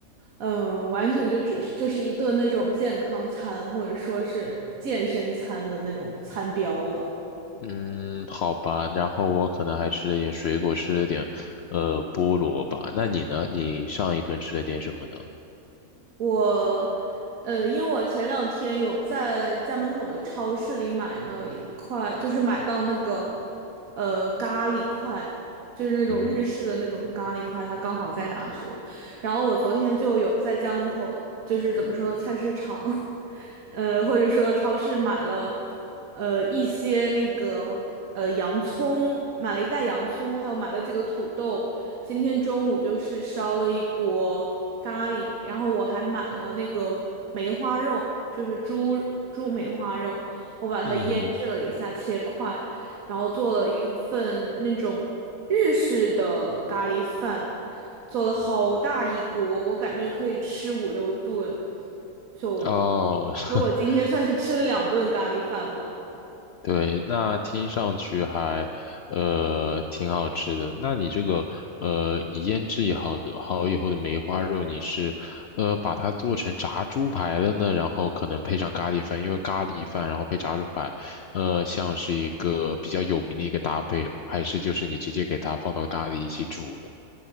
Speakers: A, on the right; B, on the left.
A: 嗯，完全就只是就是一顿那种健康餐或者说是健身餐的那种餐标了。
B: 嗯，好吧。然后我可能还吃了点水果，吃了点呃菠萝吧。那你呢？你上一顿吃了点什么呢？
A: 我，呃，因为我前两天有在家门口的超市里买了一块，就是买到那个，呃，咖喱块，就是那种日式的那种咖喱块，
B: 嗯哼，
A: 它刚好在打折。然后我昨天就有在家门口，就是怎么说，菜市场，<laughs> 呃，或者说超市买了，呃，一些那个，呃，洋葱，买了一袋洋葱，还有买了几个土豆。今天中午就是烧了一锅。咖喱，然后我还买了那个梅花肉，就是猪猪梅花肉，我把它腌制了一下，
B: 嗯
A: 切块，然后做了一份那种日式的咖喱饭，做了好大一锅，我感觉可以吃五六顿，就，
B: 哼，哦。<laughs>
A: 所以我今天算是吃了两顿咖喱饭吧。
B: 对，那听上去还，呃，挺好吃的。那你这个，呃，你腌制也好的好以后的梅花肉，你是，呃，把它做成炸猪排了呢，然后可能配上咖喱饭，因为咖喱饭然后配炸猪排，呃，像是一个比较有名的一个搭配嘛，还是就是你直接给它放到咖喱一起煮了？